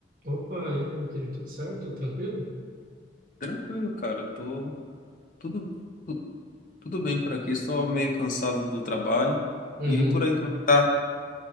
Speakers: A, on the right; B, on the left.
A: Opa, e aí, meu querido, tudo certo? Tranquilo?
B: Tranquilo, cara. Tô tudo, tu- tudo bem por aqui, só meio cansado do trabalho.
A: Uhum.
B: E por aí, como é que tá?